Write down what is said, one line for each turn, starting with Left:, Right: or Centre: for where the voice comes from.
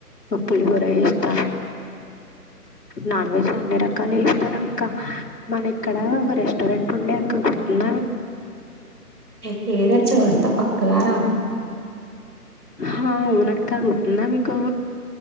Left: పులిహోరా వేస్తాను నాన్ వెజ్లు అన్ని రకాలు వేస్తాను అక్క మన ఇక్కడ ఒక రెస్టారెంట్ ఉండే అక్కంటుంద
Right: ఏ ఏదరీ చోర్ త పక్కదార
Left: హా ఊనక్క ఉందా మీకు